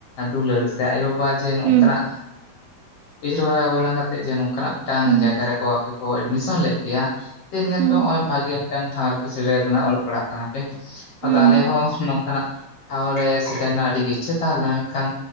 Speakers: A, on the left; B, on the right.
A: ᱫᱩᱞᱟᱹᱲ ᱥᱮ ᱟᱭᱳᱵᱟᱵᱟ ᱡᱮ ᱱᱚᱝᱠᱟᱱᱟᱜ,
B: ᱦᱩᱸ
A: ᱩᱭᱦᱟᱨ ᱵᱟᱵᱱᱟ ᱠᱟᱛᱮ ᱡᱮ ᱱᱚᱝᱠᱟᱱᱟᱜ ᱢᱤᱫᱴᱟᱝ
B: ᱦᱩᱸ
A: ᱡᱟᱭᱜᱟ ᱨᱮᱠᱚ, ᱠᱚ ᱮᱰᱢᱤᱥᱚᱱ ᱞᱮᱫ ᱯᱮᱭᱟ ᱥᱮ ᱧᱮᱞ
B: ᱦᱩᱸ
A: ᱯᱮ ᱱᱚᱜ ᱚᱭ ᱵᱷᱟᱜᱤ ᱢᱤᱫᱴᱟᱝ ᱴᱷᱟᱶ ᱨᱮᱯᱮ ᱥᱮᱴᱮᱨ ᱟᱠᱟᱱᱟ ᱚᱞᱚᱜ ᱯᱟᱲᱦᱟᱜ ᱠᱟᱱᱟ ᱯᱮ᱾
B: ᱦᱩᱸ
A: ᱟᱫᱚ ᱟᱞᱮ ᱦᱚᱸ ᱱᱚᱝᱠᱟᱱᱟᱜ ᱴᱷᱟᱣᱨᱮ ᱥᱮᱴᱮᱨ ᱟᱹᱰᱤ ᱜᱮ ᱤᱪᱷᱟᱹ ᱛᱟᱦᱮᱸ ᱞᱮᱱᱟ ᱢᱮᱱᱠᱷᱟᱱ